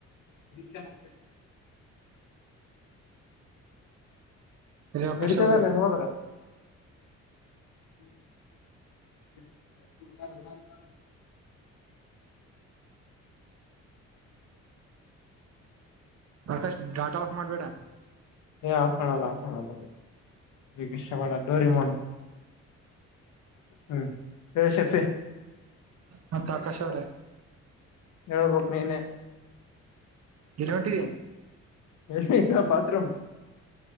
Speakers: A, on the left; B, on the right.
A: <unintelligible>
B: ಇದು ಆಕಾಶ್
A: ನಡಿತದಲ್ಲಾ
B: ಅವ್ರೆ
A: ಹಿಂಗ್ ಹೋದ್ರೆ <unintelligible>
B: ಪ್ರಕಾಶ್ ಡಾಟಾ ಆಫ್ ಮಾಡ್ಬೇಡ
A: ಹೇ ಆಫ್ ಮಾಡಲ್ಲ ಅಫ್ ಮಾಡಲ್ಲ ಹಿಗಿಶ್ಅಬಡ ಡೋರಿ ಮೌಂಟ್ ಹ್ಮು ಎ ಶೆಫಿ
B: ಮತ್ ಆಕಾಶವ್ರೇ
A: ಹೇಳ್ಬಕ್ ನೀನೆ
B: ಗಿರಟಿ
A: ರಶ್ ಐತ ಬಾತ್ರುಮ್